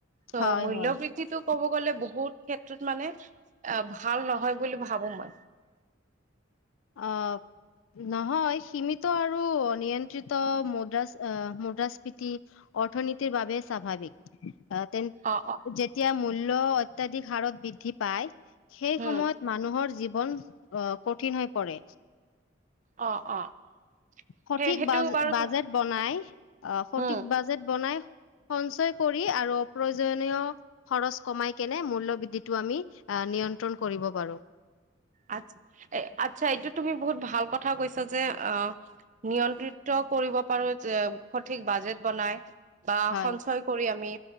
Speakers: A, on the right; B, on the left.
A: ত
B: হয়,
A: মূল্য
B: হয়।
A: বৃদ্ধিটো ক'ব গ'লে বহুত ক্ষেত্ৰত মানে এ ভাল নহয় বুলি ভাবো মই।
B: অঊ নহয় সীমিত আৰু নিয়ন্ত্ৰিত মুদ্ৰাছ আহ মুদ্ৰা স্বাভাৱিক তেন্তে
A: অ', অ',
B: যেতিয়া ম মূল্য অত্যাধিক হাৰত বৃদ্ধি পায় সেই
A: উম,
B: সময়ত মানুহৰ জীৱ কঠিন হয় পৰে
A: অ' অ'।
B: সঠিক
A: সেই সেইটো
B: বাজ
A: বাৰু
B: বাজেট
A: তো
B: বনাই, অ' সঠিক
A: উম।
B: বাজেট বনাই সঞ্চয় কৰি আৰু অপ্ৰয়োজনীয় খৰচ কমাই কেনে মূল্যবৃদ্ধিটো আমি নিয়ন্ত্ৰণ কৰিব পাৰোঁ।
A: আ আচ্ছা এইটো তুমি বহুত ভাল কথা কৈছা যে আঁ নিয়ন্ত্ৰিত কৰিব পাৰো যে সঠিক বাজেট বনাই। বা
B: হয়,
A: সঞ্চয় কৰি আমি